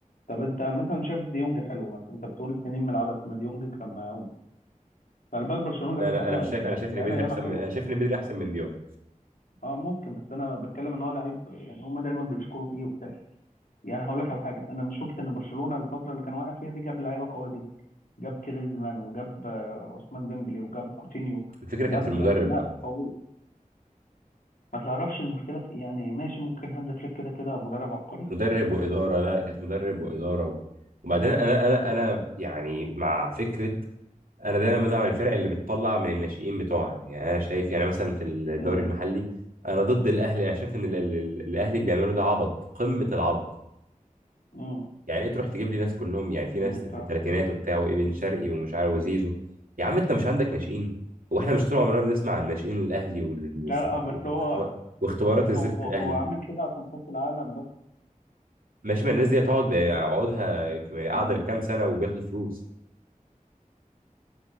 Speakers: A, on the left; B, on the right.
A: طب انت مثلا شايف ديونج حلو مثلا انت بتقول سنين من لعبت ما ديونج كان معاهم فالباك برشلونه
B: لا
A: جابت
B: انا
A: لعيبه
B: انا مش شايف انا شايف
A: لعيبه
B: ان بدري
A: ياما
B: احسن
A: حلوه
B: من انا شايف ان بدري احسن من ديونج
A: اه ممكن بس انا بتكلم ان هو لعيب يعني هم دايما بيشكروا فيه وبتاع يعني هقول لك على حاجه انا مش شفت ان برشلونه الفتره اللي كان واقع فيها دي جاب لعيبه قويه جدا جاب كريزمان وجاب آه، عثمان ديمبلي وجاب كوتينيو
B: الفكره
A: جاب
B: كانت في المدرب
A: اسماء
B: بقى
A: قويه ما تعرفش المشكله في ايه يعني ماشي ممكن هانز فليك كده كده مدرب عبقري
B: مدرب
A: بس
B: واداره لا كانت مدرب واداره و... وبعدين
A: مم.
B: انا انا انا يعني مع فكره انا دايما بدعم الفرق اللي بتطلع من الناشئين بتوعها يعني انا شايف يعني مثلا في الدوري
A: مم.
B: المحلي انا ضد الاهلي انا شايف ان ال- ال- ال- الاهلي اللي بيعملوا ده عبط قمه العبط
A: مم.
B: يعني ايه تروح تجيب لي ناس كلهم يعني في
A: امم
B: ناس في
A: ف...
B: الثلاثينات وبتاع وابن شرقي ومش عارف وزيزو يا عم انت مش عندك ناشئين هو احنا مش طول عمرنا بنسمع عن ناشئين الاهلي وال- والزفت-
A: لا لا آه، بس
B: واختبار-
A: هو
B: واختبارات الزفت
A: هو
B: الاهلي
A: هو عامل كده عشان كأس العالم بس
B: ماشي ما الناس دي هتقعد عقودها قاعده
A: امم
B: كام سنه وبياخدوا فلوس